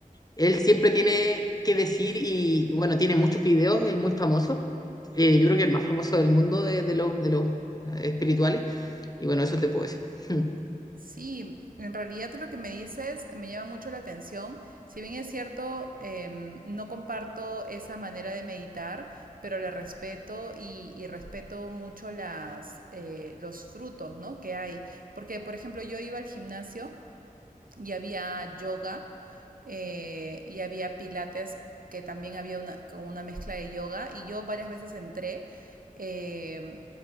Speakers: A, on the left; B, on the right.
A: Él siempre tiene que decir y bueno, tiene muchos videos, es muy famoso. Eh, yo creo que el más famoso del mundo de, de los, de los eh, espirituales. Y bueno, eso te puedo decir. <laughs>
B: Sí, en realidad lo que me dices me llama mucho la atención. Si bien es cierto, em, no comparto esa manera de meditar, pero le respeto y, y respeto mucho las, eh, los frutos, ¿no? que hay. Porque, por ejemplo, yo iba al gimnasio y había yoga eh, y había pilates que también había una, con una mezcla de yoga y yo varias veces entré eh,